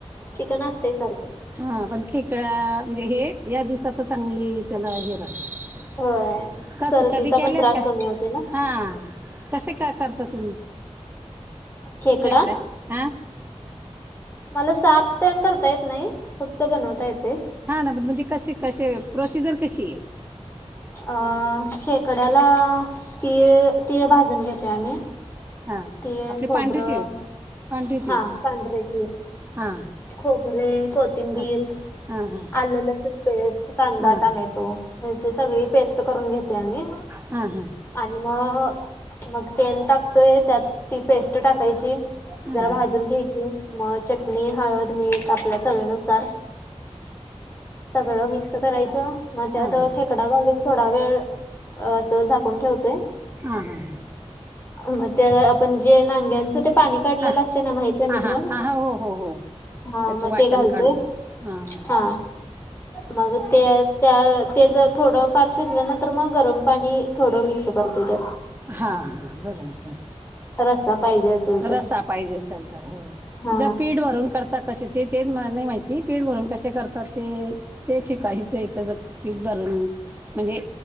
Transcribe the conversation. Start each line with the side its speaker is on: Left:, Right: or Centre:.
Left: चिकन असते सारख.
Right: हा पण खेकड्या म्हणजे हे या दिवसात चांगली, त्याला हे राहत.
Left: होय सर्दीचा
Right: <unintelligible> कधी केलेत
Left: पण त्रास
Right: का?
Left: कमी होते ना
Right: हा. कसे क करता तुम्ही?
Left: खेकडा
Right: खेकडे हा.
Left: मला साफ ते करता येत नाही. फक्त बनवता येते.
Right: हा ना म्हणजे, कसे- कसे प्रोसिजर कशी आहे?
Left: अ खेकड्याला तीळ- तीळ भाजून घेते आम्ही
Right: हा
Left: तीळ
Right: आपली
Left: खोबरं
Right: पांढरी तीळ. पांढरी तीळ
Left: हा पांढरे तिळ.
Right: हां
Left: खोबरे कोथिंबीर
Right: हां हां हां
Left: आल लसूण पेस्ट, कांदा,
Right: हां
Left: टमॅटो ह्याची सगळी पेस्ट करून घेतो आम्ही.
Right: हा हा
Left: आणि मग मग तेल टाकतोय त्यात ती पेस्ट टाकायची.
Right: हां
Left: जरा
Right: हां
Left: भाजून घ्यायची मग चटणी हळद मीठ आपल्या चवीनुसार. सगळ मिक्स करायच मग त्यात
Right: हां हां
Left: खे ककडा घालून थोडा वेळ अस झाकून ठेवतेय.
Right: हा हा हा.
Left: मग त्या आपण जे नांग्यांच ते पाणी काढलेल
Right: हां
Left: असते ना माहित आहे
Right: हां
Left: ना तुम्हाला.
Right: हां हां हो हो हो
Left: हा
Right: त्याचं
Left: मग
Right: वाटण
Left: ते घालतोय
Right: काढून हां हां
Left: हा मग ते. त्या ते जर थोड फार शिजल्यानंतर मग गरम पाणी थोड मिक्स करतोय त्या
Right: हा- हा बरोबर बरोबर.
Left: रसा पाहिजे असेल
Right: रस्सा
Left: तर,
Right: पाहिजे असेल तर,
Left: हा
Right: जर पिट पीठ भरून करतात कसे ते तेच मला नाही माहिती. पीठ भरून कसे करतात ते. ते शिकायच आहे एक च पीठ भरून म्हणजे